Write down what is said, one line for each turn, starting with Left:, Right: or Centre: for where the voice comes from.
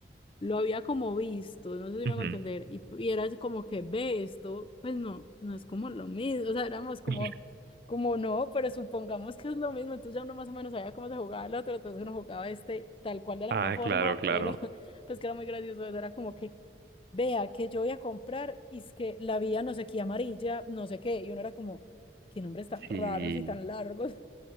Left: lo había como visto, no sé si me
Right: ujú.
Left: hago entender, y, y era así como que ve esto, pues no, no es como lo mismo, o sea, éramos como,
Right: <laughs>
Left: como no, pero supongamos que es lo mismo, entonces ya uno más o menos sabía cómo se jugaba el otro, entonces uno jugaba este tal cual de la
Right: Ah,
Left: misma forma,
Right: claro, claro.
Left: pero <laughs> pues que era muy gracioso, eso era como que vea que yo voy a comprar y es que la vía no sé qué amarilla, no sé qué, y uno era como, qué nombres tan raros
Right: Sí,
Left: y tan largos.